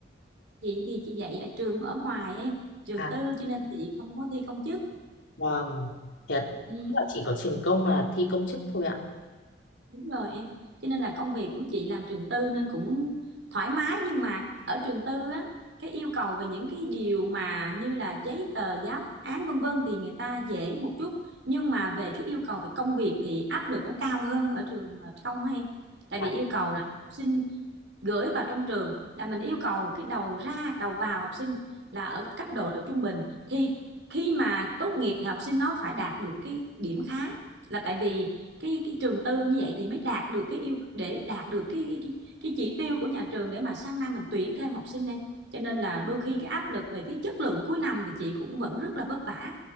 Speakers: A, on the right; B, on the left.
A: chị thì chị dạy ở trường ở ngoài em trường
B: À,
A: tư cho nên chị không có thi công chức
B: vâng. Thì là
A: ừ,
B: tức là chỉ có trường công là thi công chức thôi ạ.
A: Đúng rồi em. Cho nên là công việc của chị làm trường tư nên cũng thoải mái nhưng mà ở trường tư á cái yêu cầu về những cái điều mà như là giấy tờ giáo án vân vân thì người ta dễ một chút nhưng mà về cái yêu cầu về công việc thì áp lực nó cao hơn ở trường công á em. Tại
B: Dạ.
A: vì yêu cầu là học sinh gửi vào trong trường là mình yêu cầu cái đầu ra đầu vào học sinh là ở cấp độ là trung bình thì khi mà tốt nghiệp thì học sinh nó phải đạt được cái điểm khá là tại vì cái cái trường tư như vậy thì mới đạt được cái yêu để đạt được cái cái cái, chỉ tiêu của nhà trường để mà sang năm mình tuyển thêm học sinh em cho nên là đôi khi cái áp lực về cái chất lượng cuối năm thì chị cũng vẫn rất là vất vả